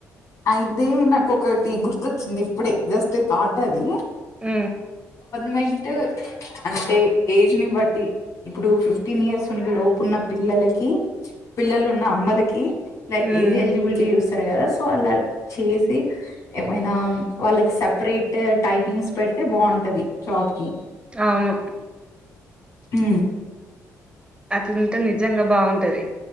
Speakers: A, on the left; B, on the right.
A: అయితే నాకు ఒకటి గుర్తొచ్చింది ఇప్పుడే జస్ట్ థాటే అది
B: ఉ
A: మెంటు అంటే ఏజ్ ని బట్టి ఇప్పుడు ఫిఫ్టీన్ ఇయర్స్ లోపున్న పిల్లలకి పిల్లలు ఉన్న అమ్మలకి
B: హ్మ్
A: ఏది ఎలిజిబిలిటీ చూస్ ఉంటారు కదా సో అలా చేసి ఏమైనా వాళ్ళకి సపరేట్ టైపింగ్స్ పెడితే బాగుంటది జాబ్ కి
B: అవును
A: ఉ
B: అట్లుంటే నిజంగా బాగుంటది